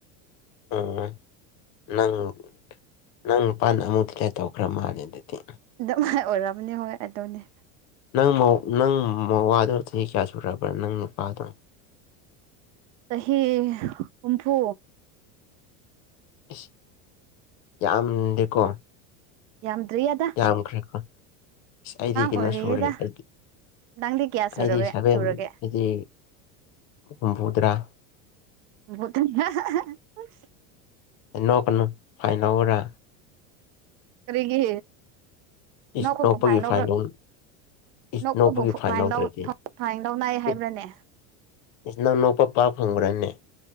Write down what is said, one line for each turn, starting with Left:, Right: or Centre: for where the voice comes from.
Left: ꯎꯝ ꯅꯪ ꯅꯪ ꯅꯨꯄꯥꯅ ꯑꯃꯨꯛ ꯗꯤꯂꯦꯠ ꯇꯧꯈ꯭ꯔ ꯃꯥꯜꯂꯦ ꯑꯗꯨꯗꯤ
Right: ꯑꯗꯨꯃꯥꯏ ꯑꯣꯏꯔꯝꯅꯤ ꯍꯣꯏ ꯑꯗꯨꯅꯦ
Left: ꯅꯪ ꯃꯧ ꯅꯪ ꯃꯋꯥꯗꯨ ꯆꯍꯤ ꯀꯌꯥ ꯁꯨꯔꯕ꯭ꯔꯥ ꯅꯪ ꯅꯨꯄꯥꯗꯣ
Right: ꯆꯍꯤ ꯍꯨꯝꯐꯨ
Left: ꯏꯁ ꯌꯥꯝꯗꯦꯀꯣ
Right: ꯌꯥꯝꯗ꯭ꯔꯤꯌꯥꯗ
Left: ꯌꯥꯝꯈ꯭ꯔꯦꯀꯣ ꯑꯩꯗꯤ ꯀꯩꯅꯣ
Right: ꯑꯣꯏꯔꯤꯌꯦꯗ
Left: ꯁꯨꯔꯦ ꯑꯩꯗꯤ
Right: ꯅꯪꯗꯤ ꯀꯌꯥ ꯁꯨꯔꯕꯦ
Left: ꯑꯩꯗꯤ ꯁꯚꯦꯟ
Right: ꯁꯨꯔꯒꯦ
Left: ꯍꯤ ꯍꯨꯝꯐꯨꯇꯔꯥ
Right: <unintelligible>
Left: ꯅꯣꯛꯀꯅꯨ ꯐꯥꯏꯟ ꯂꯧꯔꯥ
Right: ꯀꯔꯤꯒꯤ
Left: ꯏꯁ
Right: ꯅꯣꯛꯄꯕꯨ
Left: ꯅꯣꯛꯄꯒꯤ
Right: ꯐꯥꯏꯟ ꯂꯧꯕ꯭ꯔꯣ
Left: ꯂꯧ ꯏꯁ
Right: ꯅꯣꯛꯄꯕꯨ
Left: ꯅꯣꯛꯄꯒꯤ
Right: ꯐꯥꯏꯟ
Left: ꯂꯧꯗ꯭ꯔꯗꯤ
Right: ꯂꯧ ꯐꯥꯏꯟ ꯂꯧꯅꯩ ꯍꯥꯏꯕ꯭ꯔꯅꯦ
Left: ꯏꯁ ꯏꯁ ꯅꯪ ꯅꯣꯛꯄ ꯄꯥ ꯐꯪꯕ꯭ꯔꯅꯦ